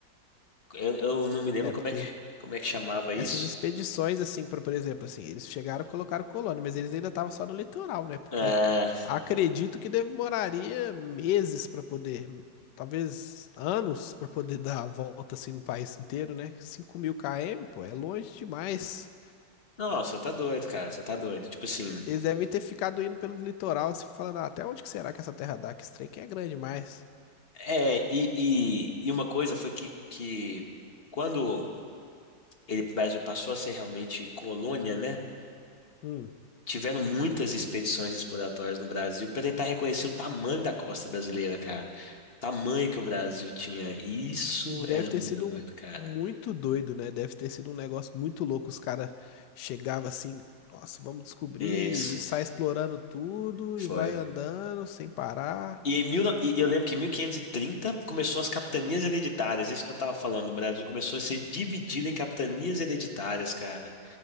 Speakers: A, on the left (about 35°); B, on the left (about 70°).
A: Eu, eu não me lembro
B: É,
A: como
B: porque
A: é que, como é que chamava
B: essas
A: isso.
B: expedições, assim, por, por exemplo, assim, eles chegaram e colocaram colônia, mas eles ainda estavam só no litoral, né? Porque
A: É,
B: acredito que demoraria meses pra poder, talvez anos pra poder <laughs> dar a volta, assim, no país inteiro, né? cinco mil km, pô, é longe demais.
A: não, você tá doido, cara, você tá doido. Tipo assim,
B: Eles devem ter ficado indo pelo litoral, assim, falando, "Ah, até onde que será que essa terra dá? Que esse trem aqui é grande demais.
A: é, e, e, e uma coisa foi que, que quando ele, o Brasil passou a ser realmente colônia, né?
B: Hum,
A: tiveram muitas expedições exploratórias no Brasil para tentar reconhecer o tamanho da costa brasileira, cara. tamanho que o Brasil tinha. Isso
B: deve
A: era
B: ter
A: muito
B: sido
A: doido,
B: um-
A: cara.
B: muito doido, né? Deve ter sido um negócio muito louco. Os caras chegavam assim, nossa, vamos descobrir,
A: Isso.
B: e sai explorando tudo
A: Foi.
B: e vai andando sem parar.
A: E, em mil, no- e eu lembro que em 1530 começou as capitanias hereditárias, isso que eu tava falando. O Brasil começou a ser dividido em capitanias hereditárias, cara.